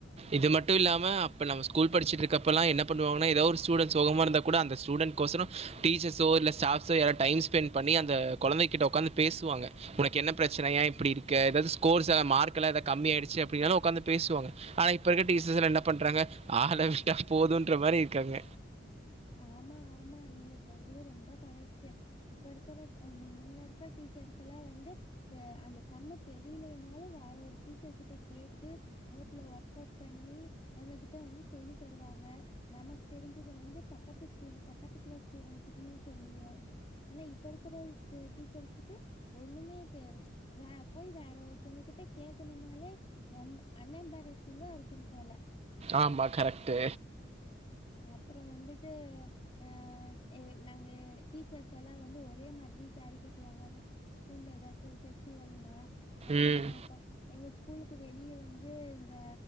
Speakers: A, on the right; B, on the left.
A: இது மட்ட இல்லாம அப்ப நம்ம ஸ்கூல் படிச்சட்டு இருக்கப்போலா என்ன பண்ணுவாங்கா ஏதோ ஒரு ஸ்டூடண்ட் சோகமா இருந்த கூட அந்த ஸ்டூடண்ட் கோசரோ டீச்சர்ஸோ இல்லை ஸ்டாப்ஸோ யார டைம் ஸ்பெண்ட் பண்ணி அந்த குழந்தைகிட்ட உட்காந்து பேசுவாங்க உனக்கு என்ன பிரச்சன ஏ இப்டியிருக்க ஏதாவது ஸ்கோர்ஸ் ஆ மார்க் எல்லா ஏதாது கம்மி ஆயிச்சு அப்டினாலு உட்கார்ந்து பேசுவாங்க ஆனா இப்ப இருக்க டீச்சர்ஸ் எல்லா என்ன பண்றாங்க ஆள விட்டா போதுன்ற மாதிரி இருக்காங்க
B: ஆமா ஆமா நீங்க சொல்றது ரொம்ப கரைட்டு இப்ப இருக்கிற ம் முன்ன இருக்கிற டீச்சர்ஸ் எல்லா வந்து அந்த செம்ம தெரியலனாலும் வேற ஒரு டீச்சர் கிட்ட கேட்டு நோட்ல ஒர்க் அவுட் பண்ணி நம்மகிட்ட வந்து சொல்லி தருவாங்க நமக்கு தெரிஞ்சது வந்து பக்கத்து ஸ்டு பக்கத்து கிளாஸ் ஸ்டுடென்ட் கிட்டயு சொல்லுவோம் ஆனா இப்ப இருக்கிற டீச் டீச்சர்ஸ்க்கு ஒண்ணுமே தெ ம்ச் வே போய் வேற ஒருத்தங்க கிட்ட கேகணும்னாலே எம் அண்ணேம்பரத்திங்கா இருக்கும் போல
A: ஆமா கரெக்ட்டு
B: அப்பறோ வந்துட்டு அ நாங்க டீச்சர்ஸ் எல்லா வந்து ஒரே மாதிரி சேரீ கட்டுவாங்க ஸ்கூல்ல ஏதாச்சு ஒரு பெஸ்டிவல்னா அப்பறோங்க
A: ம்
B: எங்க ஸ்கூலுக்கு வெளிய வந்து இந்த